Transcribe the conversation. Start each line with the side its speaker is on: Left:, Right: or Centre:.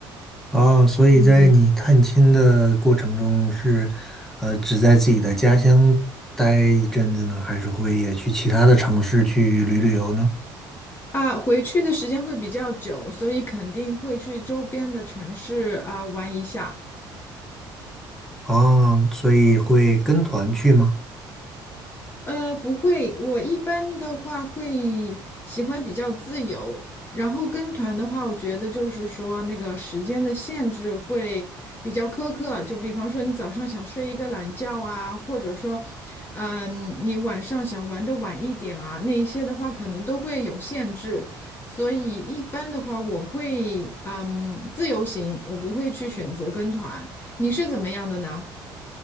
Centre: 啊，所以在你探亲的过程中是，
Left: 嗯，
Centre: 呃，只在自己的家乡待一阵子呢，还是会也去其他的城市去旅旅游呢？
Left: 啊、回去的时间会比较久，所以肯定会去周边的城市啊、玩一下。
Centre: 啊，所以会跟团去吗？
Left: 呃，不会，我一般的话会喜欢比较自由，然后跟团的话，我觉得就是说那个时间的限制会比较苛刻，就比方说你早上想睡一个懒觉啊，或者说，嗯、你晚上想玩的晚一点啊，那一些的话可能都会有限制，所以一般的话我会嗯自由行，我不会去选择跟团，你是怎么样的呢？